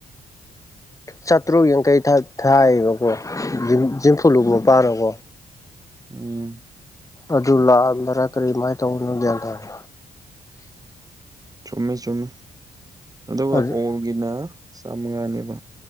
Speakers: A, on the left (about 15°); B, on the right (about 20°).
A: ꯆꯥꯇ꯭ꯔꯨꯛ ꯌꯥꯡꯈꯩ ꯊꯥꯏ ꯊꯥꯏꯌꯦꯕꯀꯣ ꯖꯤꯝꯐꯨꯂꯨꯞ ꯃꯥꯄꯥꯅꯀꯣ
B: ꯎꯝ
A: ꯑꯗꯨ ꯂꯥꯟꯕꯔꯥ ꯀꯔꯤꯃꯥꯏꯅ ꯇꯧꯕꯅꯣ ꯒ꯭ꯌꯥꯟ ꯇꯥꯗꯦ
B: ꯆꯨꯝꯃꯤ ꯆꯨꯝꯃꯤ ꯑꯗꯨꯒ
A: ꯑꯗꯨ
B: ꯑꯣꯜꯒꯤꯅ ꯆꯥꯝꯃꯉꯥꯅꯦꯕ